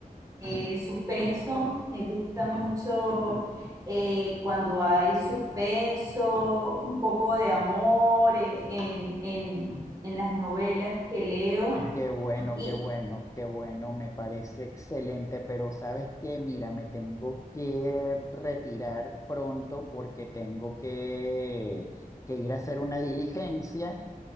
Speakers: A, on the right; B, on the left.
A: eh, suspenso. Me gusta mucho eh, cuando hay suspenso, un poco de amor eh, en, en en las novelas que leo.
B: qué bueno,
A: Y,
B: qué bueno, qué bueno, me parece excelente, pero sabes qué, mira, me tengo que retirar pronto porque tengo que, que ir a hacer una diligencia.